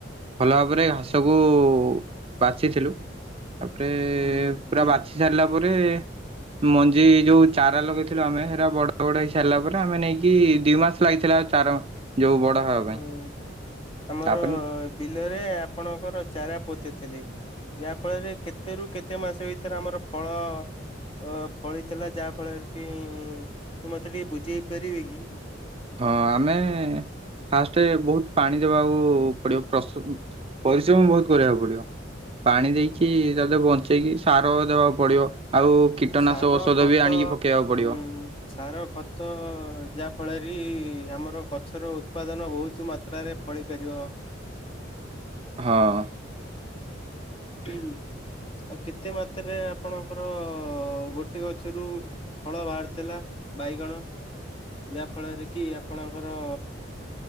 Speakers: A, on the right (about 30°); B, on the left (about 30°).
A: ଭଲ ଭାବରେ ସବୁ ବାଛିଥିଲୁ ତାପରେ
B: ହୁଁ
A: ପୁରା
B: ବି
A: ବାଛି ସାରିଲା ପରେ ମଞ୍ଜି ଯୋଉ ଚାରା ଲଗେଇଥିଲୁ ଆମେ ବଡ ବଡ ହେଇ ସାରିଲା ପରେ ଆମେ ନେଇକି ଦି ମାସ ଲାଗିଥିଲା ଚାର ଯୋଉ ବଡ ହେବା ପାଇଁ
B: ହୁଁ ଆମର
A: ତାପରେ
B: ବିଲରେ ଆପଣଙ୍କର ଚାରା ପୋତିଥିଲି। ଯାହା ଫଳରେ କେତେ ରୁ କେତେ ମାସ ଭିତରେ ଆମର ଫଳ ଅ ଫଳିଥିଲା ଯାହା ଫଳରେ କି ମତେ ଟିକେ ବୁଝେଇ ପାରିବେ କି?
A: ହଁ ଆମେ ଫାଷ୍ଟେ ବହୁତ ପାଣି ଦବାକୁ ପଡିବ ପ୍ରସ୍ତୁତୁ ପରିଶ୍ରମ ବହୁତ କରିବାକୁ ପଡିବ। ପାଣି ଦେଇକି ତତେ ବଞ୍ଚେଇକି ସାର ଦେବାକୁ ପଡିବ ଆଉ କୀଟନାଶକ
B: ସାର
A: ଔଷଧ
B: ଖତ
A: ବି ଆଣିକି ପକେଇବାକୁ ପଡ଼ିବ।
B: ହୁଁ ସାର ଖତ ଯାହାଫଳରେ ଆମର ଗଛର ଉତ୍ପାଦନ ବହୁତ ମାତ୍ରାରେ ଫଳି ପାରିବ।
A: ହଁ।
B: ଆଉ କେତେ ମାତ୍ରାରେ ଆପଣଙ୍କର ଗୋଟେ ଗଛରୁ <unintelligible> ଫଳ ବାହାରିଥିଲା ବାଇଗଣ ଯାହା ଫଳରେ କି ଆପଣଙ୍କର